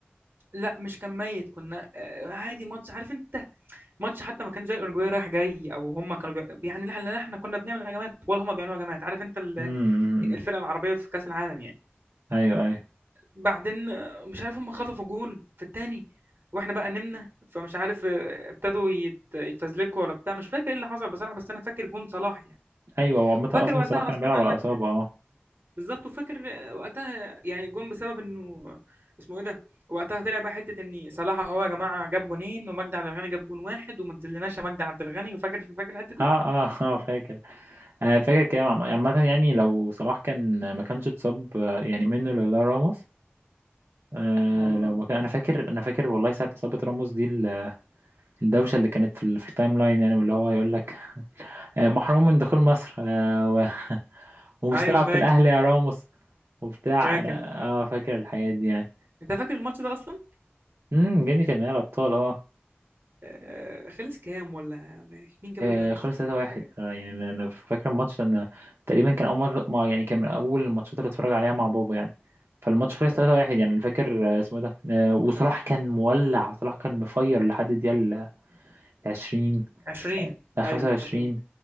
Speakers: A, on the right; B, on the right.
A: لا مش كان ميت كنا آه، عادي ماتش عارف انت ماتش حتى ما كان زي الاورجواي رايح جاي او هم كانوا بي... يعني لا لا احنا كنا بنعمل هجمات ولا هم بيعملوا هجمات عارف انت ال-
B: امم
A: الفرقه العربيه في كاس العالم يعني
B: ايوه ايوه
A: بعدين آه، مش عارف هم خطفوا جون في التاني واحنا بقى نمنا فمش عارف آه، ابتدوا يت... يتفزلكوا ولا بتاع مش فاكر ايه اللي حصل بصراحه بس انا فاكر جون صلاح يعني
B: ايوه هو عامة
A: وفاكر
B: اصلا
A: وقتها
B: صلاح كان
A: اصلا
B: بيلعب
A: قال
B: على
A: لك
B: اصابة اه
A: بالظبط وفاكر آه، وقتها يعني جون بسبب انه اسمه ايه ده وقتها طلع بقى حته ان صلاح هو يا جماعه جاب جونين ومجدي عبد الغني جاب جون واحد وما تذلناش يا مجدي عبد الغني وفاكر فاكر الحته
B: اه
A: دي
B: اه <laughs> اه فاكر انا فاكر كلام عم- عامة يعني لو صلاح كان ما كانش اتصاب آه، يعني منه لولا راموس آه
A: اه
B: لو ما كان انا فاكر انا فاكر والله ساعة اصابة راموس دي ال- الدوشة اللي كانت في ال- في التايم لاين يعني واللي هو يقول لك آه، محروم من دخول مصر آه، و... <laughs> ومش
A: ايوه
B: تلعب
A: فاكر
B: في الأهلي يا راموس وبتاع
A: فاكر
B: أنا اه فاكر الحاجات دي يعني
A: انت فاكر الماتش ده اصلا
B: امم جابني كان نهائي الأبطال اه
A: آه، خلص كام ولا ولا مين جاب
B: آه،
A: الاجوان مش
B: خلص
A: فاكر
B: 3-1
A: انت فاكر
B: آه، يعني أنا أنا فاكر الماتش لأن تقريبا كان أول مرة ما يعني كان من أول الماتشات اللي اتفرج عليها مع بابا يعني فالماتش خلص 3-1
A: آه،
B: يعني أنا فاكر آه، اسمه إيه ده آه، وصلاح كان مولع صلاح كان مفير لحد الدقيقة العشرين
A: 20
B: آه،
A: ايوه
B: خمسة وعشرين
A: افتكرت